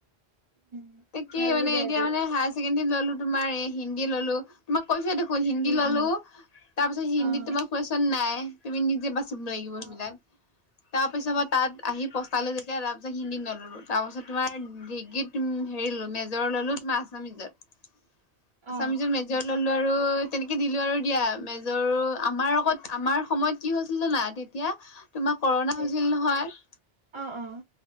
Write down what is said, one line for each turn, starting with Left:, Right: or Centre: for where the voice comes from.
Right: উম,
Left: তাকে
Right: বেয়া লাগি
Left: মানে
Right: যায়
Left: এতিয়া
Right: এইটো,
Left: মানে হায়ছেকেণ্ডৰি ললো তোমাৰ হিন্দী ললো, তোমাক কৈছোঁ দেখোন হিন্দী
Right: উম,
Left: ললো,
Right: উম,
Left: তাৰ পিছত হিন্দীত
Right: অ'।
Left: তোমাৰ কুৱেশন নাই, তুমি নিজে বাচ চব লাগিব সেইবিলাক,
Right: অ', অ'।
Left: তাৰ পিছৰ
Right: অ',
Left: পৰা তাত আহি পচ পালোঁ যেতিয়া তাৰপিছত হিন্দীত নললো, তাৰপাছত তোমাৰ ডিগ্ৰীত তুমি হেৰি ললো, মেজৰ ললো তোমাৰ আছামিজত, আছামিজত
Right: অ',
Left: মেজৰ ললো আৰু তেনকে দিলো আৰু দিয়া, মেজৰ আমাৰ লগত আমাৰ সময়ত কি হৈছিল জানা? তেতিয়া তোমাৰ কৰ'ণা
Right: ঠিক,
Left: হৈছিল নহয়,
Right: অ', অ',